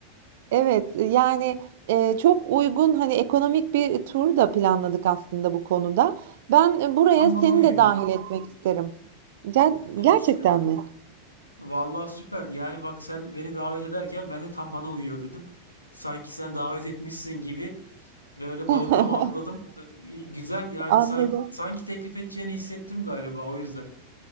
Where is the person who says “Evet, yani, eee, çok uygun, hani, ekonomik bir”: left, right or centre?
Right